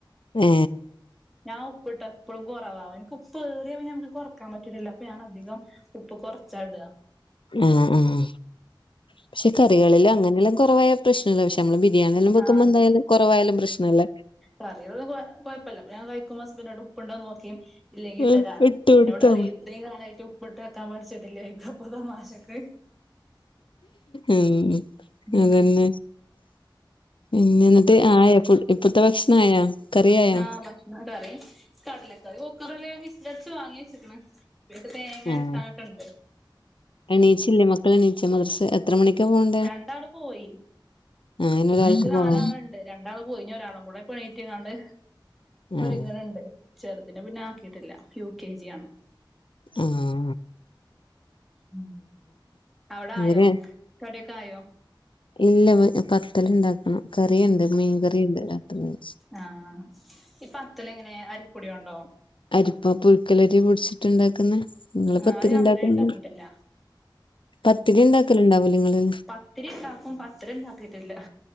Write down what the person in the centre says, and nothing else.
ഞാൻ ഉപ്പിട്ട് എപ്പളും കൊറവാവും എനിക്ക് ഉപ്പ് ഏറിയ പിന്ന ഞമ്മക്ക് കൊറക്കാൻ പറ്റില്ലല്ലോ അപ്പൊ ഞാൻ അധികം ഉപ്പ് കൊറച്ചാ ഇടാ
ആഹ്
കറിയേളൊന്നും കൊ കൊയപ്പല്ല ഞാൻ കയിക്കുമ്പോ ഹസ്ബന്റിനോട് ഉപ്പിണ്ടോ നോക്കിയേ ഇല്ലെങ്കിട്ടെരാ
പറയും
അപ്പ
എന്നോട് പറയും
ഇത്രയും കാലായിട്ട് ഉപ്പിട്ട് വെക്കാൻ പഠിച്ചിട്ടില്ലേ തമാശക്ക്
ഉം
ആ ഭക്ഷണം കറി കടലക്കറി കുകറില് വിസലടിച്ച് വാങ്ങി വച്ചിക്കണ് പിന്നെ ഇതിക് തേങ്ങ അരക്കാനൊക്കെണ്ട്
രണ്ടാള് പോയി
എനിക്ക്
നാലാള്ണ്ട് രണ്ടാള് പോയി ഞ്ഞ് ഒരാളും കൂടെ എണീറ്റ്ങ്ങാണ്ട്
ഒരിങ്ങണിണ്ട് ചെറുതിനെ പിന്നെ ആക്കിയിട്ടില്ല യു കെ ജി ആണ്
ഉം അവടെ
ആയോ കടിയൊക്കെ ആയോ
ആഹാ ഈ പത്തല് എങ്ങനെ അരിപ്പൊടിയോണ്ടോ
ആഹ്
അത് ഞാൻ
ഇതുവരെ ഉണ്ടാക്കിയിട്ടില്ല
പത്തിരി ഇണ്ടാക്കും പത്തല് ഇണ്ടാക്കിയിട്ടില്ല